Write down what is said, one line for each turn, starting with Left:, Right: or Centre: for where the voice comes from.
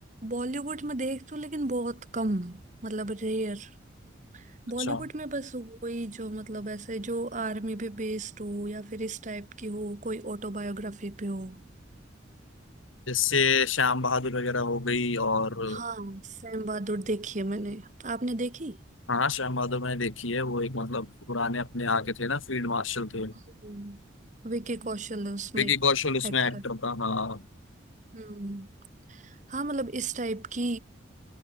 Right: बॉलीवुड में देख तो लेकिन बहुत कम मतलब रेयर बॉलीवुड
Left: अच्छा
Right: में बस वही जो मतलब ऐसे जो आर्मी पे बेस्ड हो या फिर इस टाइप की हो कोई ऑटोबायोग्राफी पे हो
Left: जैसे श्याम बहादुर वगैरह हो गई और
Right: हाँ सैम बहादुर देखी है मैंने आपने देखी
Left: हाँ श्याम बहादुर मैंने देखी है वो एक मतलब पुराने अपने आके थे ना फील्ड मार्शल थे
Right: हम्म। विकी कौशल है उसमें
Left: विकी कौशल उसमें
Right: एक्टर
Left: एक्टर था हाँ
Right: हम्म हाँ मतलब इस टाइप की